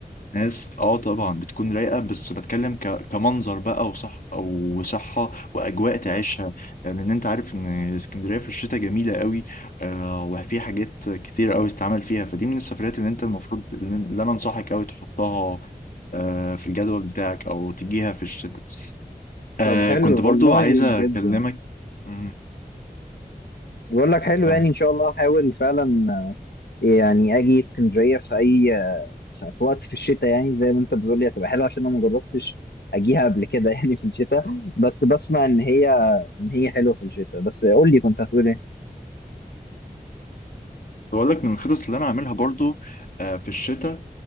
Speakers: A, on the left; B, on the left.
A: ناس اه طبعا بتكون رايقه بس بتكلم ك... كمنظر بقى وصح او صحه واجواء تعيشها لان يعني انت عارف ان اسكندريه في الشتاء جميله قوي آه وفي حاجات كتير قوي تتعمل فيها فدي من السفرات اللي انت المفروض اللي انا انصحك قوي تحطها آه في الجدول بتاعك او تجيها في الشتاء آه
B: طب حلو
A: كنت برضو
B: والله
A: عايزه
B: جدا
A: اكلمك مم.
B: بقول لك حلو
A: كم
B: يعني ان شاء الله هحاول فعلا يعني اجي اسكندريه في اي في في وقت في الشتاء يعني زي ما انت بتقول لي هتبقى حلوه عشان انا ما جربتش اجيها قبل كده يعني في الشتاء بس بسمع ان هي ان هي حلوه في الشتاء بس قول لي كنت هتقول ايه
A: بقول لك من الخطط اللي انا عاملها برضو آه في الشتاء